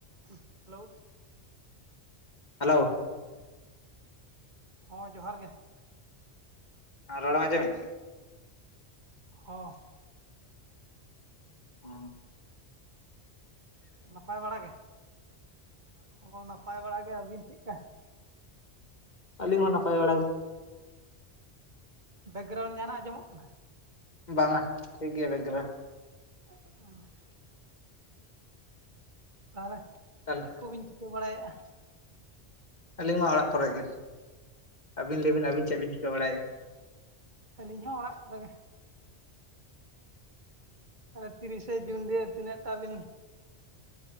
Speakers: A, on the right; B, on the left.
A: ᱦᱩ hello
B: hello
A: ᱦᱚᱸ ᱡᱚᱦᱟᱨ ᱜᱮ
B: ᱟᱨ ᱨᱚᱲᱮᱢ ᱟᱡᱚᱢᱮᱜ ᱟ
A: ᱦᱚᱸ
B: ᱦᱮ
A: ᱱᱟᱯᱟᱭ ᱵᱟᱲᱟ ᱜᱮ ᱦᱚᱸ ᱱᱟᱯᱟᱭ ᱵᱟᱲᱟ ᱜᱮ ᱟᱹᱵᱤᱱ ᱪᱮᱫᱠᱟ?
B: ᱟᱹᱞᱤᱧ ᱦᱚᱸ ᱱᱟᱯᱟᱭ ᱵᱟᱲᱟᱜ ᱜᱮ᱾
A: ᱵᱮᱠᱜᱨᱟᱣᱩᱱᱰ ᱡᱟᱦᱱᱟᱜ ᱟᱸᱡᱚᱢᱚᱜ ᱠᱟᱱᱟ?
B: ᱵᱟᱝ ᱟ ᱴᱷᱤᱠ ᱜᱮᱭᱟ ᱵᱮᱠᱜᱨᱟ
A: ᱚ ᱛᱟᱦᱚᱞᱮ
B: ᱛᱟᱦᱚᱞᱮ
A: ᱪᱮᱫ ᱠᱚᱵᱤᱱ ᱪᱤᱠᱟᱹ ᱵᱟᱲᱟᱭᱮᱫᱼᱟ᱾
B: ᱟᱹᱞᱤᱧᱢᱟ ᱚᱲᱟᱜ ᱠᱚᱨᱮ ᱜᱮ᱾ ᱟᱹᱵᱤᱱ ᱞᱟᱹᱭᱵᱤᱱ ᱟᱹᱵᱤᱱ ᱪᱮᱫ ᱵᱤᱱ ᱪᱷᱤᱠᱟᱹ ᱵᱟᱲᱟᱭ ᱮᱫᱟ?
A: ᱟᱹᱞᱤᱧ ᱦᱚᱸ ᱚᱲᱟᱜ ᱠᱚᱨᱮ ᱜᱮ᱾ ᱟᱨ ᱛᱤᱨᱤᱥᱮ ᱡᱩᱱ ᱫᱤᱭᱮ ᱛᱤᱱᱟᱹᱜ ᱴᱟ ᱵᱤᱱ